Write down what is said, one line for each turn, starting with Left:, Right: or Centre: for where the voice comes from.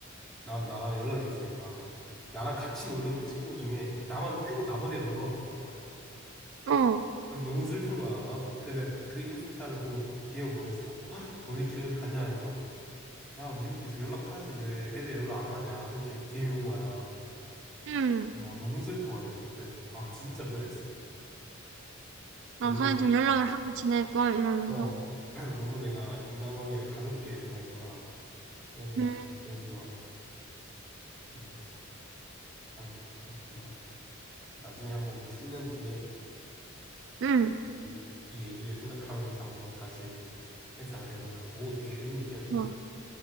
Centre: 나, 나랑 연락이 없으니까 나랑 같이 놀던 친구 중에 나만 빼고 나머지가 놀러 간 거야.
Right: 어,
Centre: 그래서 너무 슬픈 거야. 나도 근데 내가 그 인스타를 보고 DM을 보냈어. "헉, 너네끼리 어디 갔냐 하니까 야, 니도 계속 연락하지 왜 애들 연락 안 하냐 이렇게 DM이 온 거야.
Right: 응.
Centre: 어, 너무 슬퍼가지고 그때 아 진짜 후회했어. 너무
Right: 아, 그냥
Centre: 내가
Right: 좀 연락을 하고 지낼걸, 이러면서.
Centre: 어 <clears throat> 너무 내가 인간관계를 가볍게 생각했구나 이런 생각이
Right: 음.
Centre: 들더라고. 음, 참 그렇구나. 나중에 한번 우리 10년 뒤에
Right: 응.
Centre: 이, 이 얘기를 생각하면서 한번 다시 회상을 해보자. 오, 되게 의미 있겠는데?
Right: 좋아.